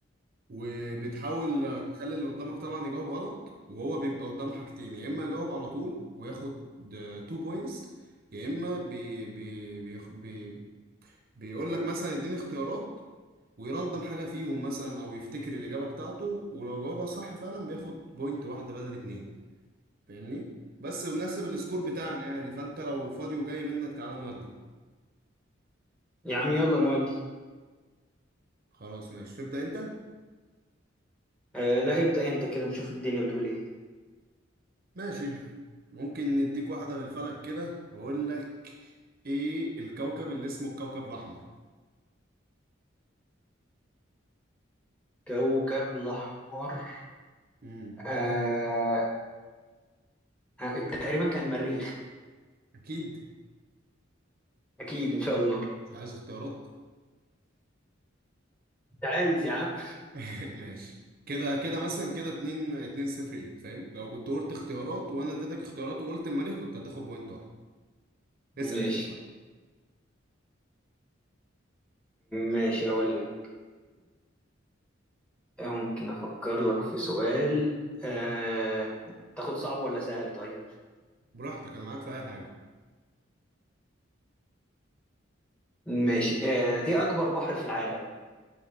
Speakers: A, on the right; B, in the centre.
A: وبتحاول آه، تخلي اللي قدامك طبعا يجاوب غلط وهو بيبقى قدامه حاجتين يا اما يجاوب على طول وياخد 2 بوينتس يا اما بي بي بي بيقول لك مثلا اديني اختيارات ويرندم حاجة فيهم مثلا او يفتكر الإجابة بتاعته ولو جاوبها صح فعلا بياخد بوينت واحدة بدل اتنين فاهمني بس بنحسب السكور بتاعنا يعني فانت لو فاضي وجاي منك تعالى نودي
B: يا عم يلا نودي
A: خلاص ماشي تبدأ انت
B: آه لا ابدأ انت كده نشوف الدنيا بتقول ايه
A: ماشي ممكن نديك واحدة بالفلك كده واقول لك ايه الكوكب اللي اسمه الكوكب الأحمر
B: كوكب الأحمر
A: امم
B: آه آه، تقريبا كان المريخ
A: اكيد
B: أكيد إن شاء الله
A: مش عايز اختيارات
B: أنت عايز يا عم
A: <laughs> ماشي كده كده مثلا كده اتنين اتنين صفر ليك فاهم لو كنت قلت اختيارات وانا اديتك اختيارات وقلت المريخ كنت هتاخد بوينت واحد اسأل
B: ماشي
A: انت بقى
B: ماشي أقول لك آه، ممكن أفكر لك في سؤال آه تاخد صعب ولا سهل طيب
A: براحتك انا معاك في اي حاجة
B: ماشي آه إيه أكبر بحر في العالم؟